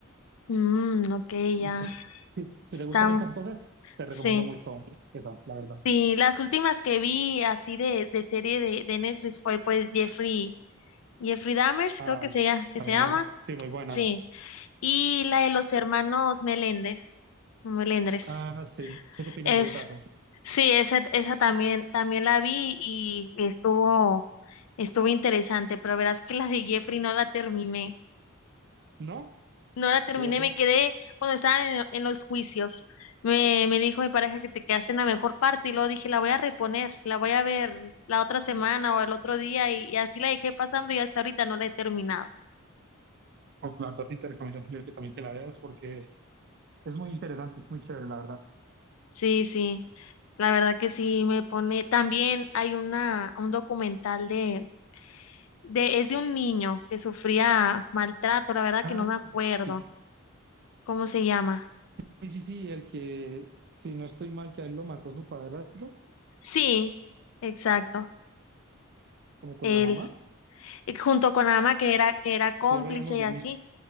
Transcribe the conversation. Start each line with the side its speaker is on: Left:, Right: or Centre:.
Left: Mm, ok,
Right: Es-
Left: ya.
Right: es- Si, si
Left: Estamos.
Right: te gustan estas cosas, te recomiendo
Left: Sí.
Right: mucho esa, la verdad.
Left: Sí, las últimas que vi así de, de serie de, de Netflix fue pues Jeffrey, Jeffrey Dahmer,
Right: Ah,
Left: creo que se, llama- que
Right: también
Left: se llama.
Right: muy, sí, muy buena.
Left: Sí. Y la de los hermanos Meléndez, Melendres,
Right: Ah, sí. ¿Tú qué opinas
Left: es,
Right: de ese caso?
Left: sí, esa, esa también, también la vi y estuvo, estuvo interesante, pero verás que la de Jeffrey no la terminé,
Right: ¿No?
Left: no la terminé,
Right: ¿Y eso?
Left: me quedé cuando estaban en, en los juicios, me, me dijo mi pareja que te quedaste en la mejor parte y luego dije, la voy a reponer, la voy a ver la otra semana o el otro día y, y así la dejé pasando y hasta ahorita no la he terminado.
Right: Oh, la verdad sí te recomiendo mucho que también que la veas porque es muy interesante, es muy chévere, la verdad.
Left: Sí, sí. La verdad que sí me pone. También hay una, un documental de, de, es de un niño que sufría maltrato, la verdad
Right: Ah,
Left: que no me acuerdo
Right: sí.
Left: cómo se llama.
Right: Sí, sí, sí, el que, si no estoy mal, que a él lo mató su padrastro,
Left: Sí, exacto.
Right: como con
Left: Él,
Right: la mamá.
Left: eh, junto con Ama, que era, que era cómplice
Right: Y ahora hablamos del
Left: y así.
Right: mismo.